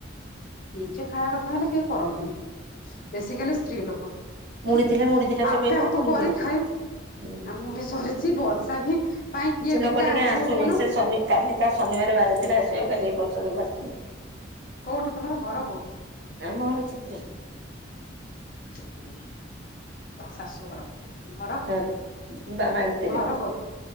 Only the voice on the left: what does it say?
ନିଜେ ଖାଇବା କଥା ହେଲେ କେହି କରନ୍ତୀନି। ବେସିକାଲି ସ୍ତ୍ରୀ ଲୋକ
ହୁ
ଆପେ ଆପେ
କରି
ଖାଇବୁ।
ଆ ମୁଁ ଉଠି ସରିଛି ବର୍ଷା ବି ପାଇଁ କିଏ
ବିକା
ଆସିବ
କହୁନ?
କୋଉଠି ତମର ଘର କୋଉଠି
ସେଠି ଶାଶୁଘର। ଘର
ଘର କୋ